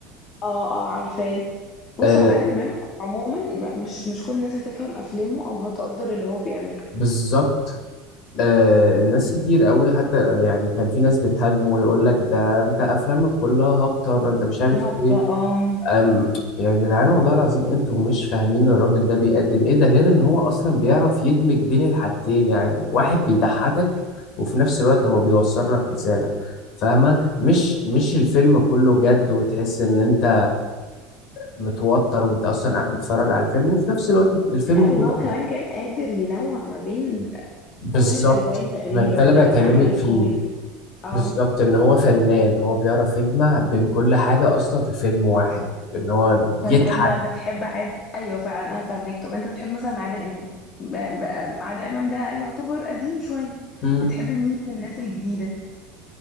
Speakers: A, on the left; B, on the left.
A: اه اه عارفاه بص
B: آه
A: هو عادل امام عموما ما- مش مش كل الناس هتفهم افلامه او هتقدر اللي هو بيعمله
B: بالظبط آه الناس كتير قوي حتى يعني كان في ناس بتهاجمه ويقول لك ده انت افلامك كلها هابطة ده انت مش عارف
A: هبطة
B: ايه.
A: اه
B: أم يا جدعان والله العظيم انتوا مش فاهمين الراجل ده بيقدم ايه ده غير ان هو اصلا بيعرف يدمج بين الحاجتين يعني واحد بيضحكك وفي نفس الوقت هو بيوصل لك رسالة فاهمة مش مش الفيلم كله جد وتحس ان انت متوتر وانت اصلا قاعد بتتفرج على الفيلم وفي نفس الوقت الفيلم
A: لا
B: كله
A: وهو كمان
B: كده.
A: كان قادر ينوع ما بين
B: بالظبط
A: كل الالوان تقريبا
B: ما ده
A: يعني
B: اللي بكلمك
A: عمل الكوميدي
B: فيه
A: اه
B: بالظبط ان هو فنان هو بيعرف يجمع بين كل حاجة اصلا في فيلم واحد ان هو
A: طيب
B: يضحك
A: انت بتحب عاد ايوه فعلا انا فاهمك طب انت بتحب مثلا عادل امام ب... ب... عادل امام ده يعتبر قديم شويه
B: <laughs>
A: بتحب مين من الناس الجديده